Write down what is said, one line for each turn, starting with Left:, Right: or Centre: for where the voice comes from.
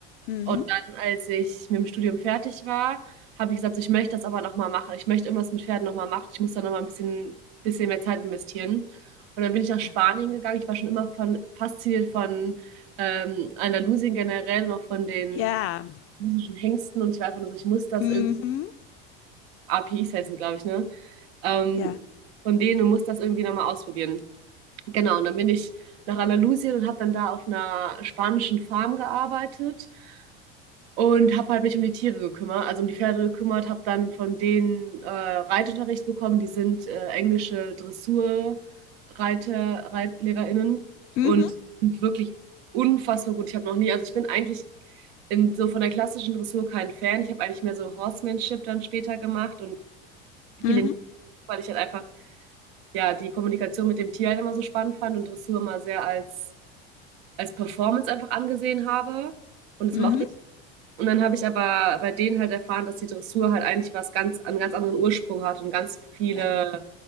Left: Mhm.
Right: Und dann, als ich mit dem Studium fertig war, habe ich gesagt, so, ich möchte das aber nochmal machen. Ich möchte irgendwas mit Pferden nochmal machen. Ich muss da nochmal ein bisschen, bisschen mehr Zeit investieren. Und dann bin ich nach Spanien
Left: Ja.
Right: gegangen. Ich war schon immer von, fasziniert von ähm, Andalusien generell und auch von den
Left: Ja.
Right: russischen Hengsten und ich war einfach nur so, ich muss das
Left: Mhm.
Right: irgendwie, APIs heißen, glaube ich, ne? Ähm,
Left: Ja.
Right: von denen, du musst das irgendwie nochmal ausprobieren. Genau, und dann bin ich nach Andalusien und habe dann da auf einer spanischen Farm gearbeitet und habe halt mich um die Tiere gekümmert, also um die Pferde gekümmert, habe dann von denen äh, Reitunterricht bekommen. Die sind äh, englische Dressurreiter, ReitlehrerInnen
Left: Mhm,
Right: und sind wirklich unfassbar gut. Ich habe noch nie, also ich bin eigentlich in, so von der klassischen Dressur kein Fan. Ich habe eigentlich mehr so Horsemanship dann später gemacht und
Left: mhm,
Right: viel, in, weil ich halt einfach ja die Kommunikation mit dem Tier halt immer so spannend fand und Dressur immer sehr als als Performance einfach angesehen habe und das
Left: mhm.
Right: mochte und dann habe ich aber bei denen halt erfahren, dass die Dressur halt eigentlich was ganz, einen ganz anderen Ursprung hat und ganz viele
Left: Ja.